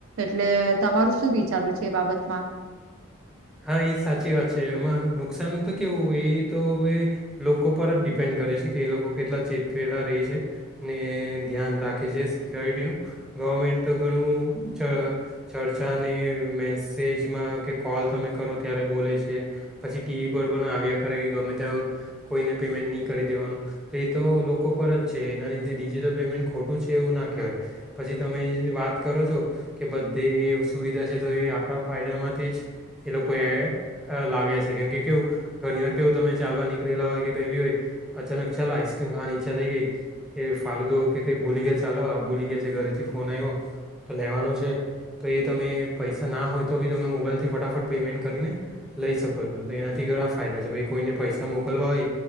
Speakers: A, on the right; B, in the centre.
A: એટલે તમારું શું વિચારું છે એ બાબતમાં
B: હા એ સાચી વાત છે એમાં નુકસાન તો કેવું એ તો અવે લોકો પર જ ડિપેન્ડ કરે છે કે એ લોકો કેટલા ચેતવેલા રહે છે ને ધ્યાન રાખે છે શિક. <unintelligible> સિક્યોરિટીનું ગવર્મેન્ટ તો ઘણું ચ ચર્ચાને મેસેજમાં કે કોલ તમે કરો ત્યારે બોલે છે પછી ટીવી પર પણ આવ્યા કરે કે ગમે તેમ કોઈને પેમેન્ટ નહીં કરી દેવાનું તો એ તો લોકો પર જ છે એના લીધે ડિજિટલ પેમેન્ટ ખોટું છે એવું ના કહેવાય પછી તમે વાત કરો છો કે બધે સુવિધા છે તો એ આપણા ફાયદામાંથી જ એ લોકો એ લાવ્યા છે કેમ કે કેવું ઘણી વાર કેવું તમે ચાલવા નની <inaudible> લા હોય કે કઈ બી હોય અચાનક ચાલો આઈસ્ક્રીમ ખાવાની ઈચ્છા થઈ ગઈ કે ફાલુદો કે કંઈ ભૂલી ગયા ચાલો આ ભૂલી ગયા છે ઘરેથી ફોન આવ્યો તો લેવાનો છે તો એ તમે પૈસા ના હોય તો બી તમે મોબાઈલથી ફટાફટ પેમેન્ટ કરીને લઈ શકો છો તો એનાથી ઘરા ફાયદા છે ભાઈ કોઈને પૈસા પાછા મોકલવા હોય